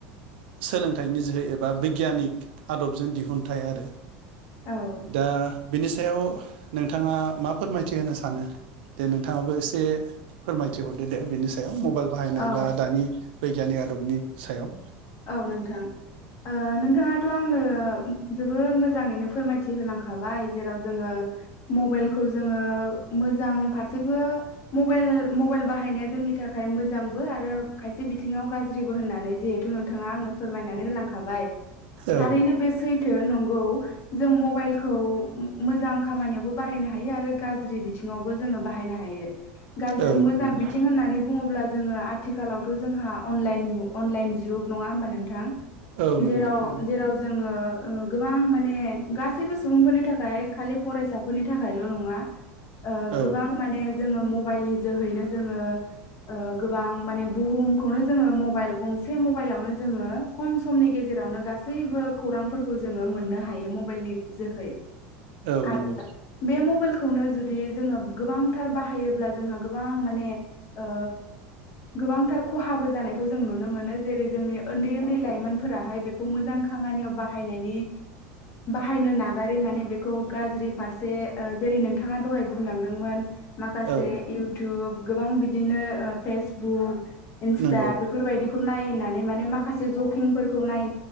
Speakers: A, on the right; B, on the left.
A: सोलोंथाइनि जोहै एबा बैग्यानिक आदबजों दिहुनथाइ आरो।
B: औ
A: दा बिनि सायाव नोंथाङा मा फोरमायथि होनो सानो? दे नोंथाङाबो एसे फोरमायथि हरदो दे बेनिस याव मबाइल बाहायनाय
B: औ
A: बा दानि बैग्यानिक आदबनि सायाव
B: औ नोंथां ओ नोंथाङाथ' आंनो जोबोर मोजाङैनो फोरमायथि होलांखाबाय जेराव जोङो मबाइलखौ जोङो मोजां फारसेबो मबाइल मबाइल बाहायनाया जोंनि थाखाय मोजांबो आरो खायसे बिथिङाव गाज्रिबो होननानै जिहेतु नोंथाङा आंनो फोरमायनानै होलांखाबाय
A: औ
B: थारैनो बे सैथो नं गौ जों मबाइलखौ मोजां खामानियावबो बाहायनो हायो आरो गाज्रि बिथिङावबो जों जों बाहायनो हायो। गाज्रि
A: औ
B: मोजां
A: नंगौ
B: बिथिं होननानै बुङोब्ला जोङो आथिखालावथ' जोंहा अनलाइन मु अनलाइन जुग नङा होनबा नोंथां
A: औ नंगौ
B: जेराव
A: नंगौ
B: जेराव जोङो गोबां माने गासैबो सुबुंफोरनि थाखाय खालि फरायसाफोरनि थाखायल' नङा ओ
A: औ
B: गोबां माने जोङो मबाइलनि जोहैनो जोङो ओ गोबां माने बुहुमखौनो जोङो मबाइल गंसे म मबाइलावनो जोङो खम समनि गेजेरावनो गासैबो खौरांफोरखौ जोङो मोननो हा यो मबाइलनि जोहौ
A: औ
B: आ
A: नंगौ
B: बे मबाइल खौनो जुदि जोङो गोबांथार बाहायोब्ला जोंहा गोबां माने ओ गोबांथार खहाबो जानायखौ जों नुनो मोनो। जेरै जोंनि उन्दै उन्दै लाइमोनफोराहाय बेखौ मोजां खामानियाव बाहायनायनि बाहायनो नागारै माने बेखौ गाज्रि फारसे जेरै नोंथाङा दहाय बुंलांदोंमोन। माखासे
A: औ
B: इउटुब गोबां बिदिनो फेसबुक इन्स्टा
A: नंगौ
B: बेफोरबायदि नायनानै मान माखासे जकिंफोरखौ नाय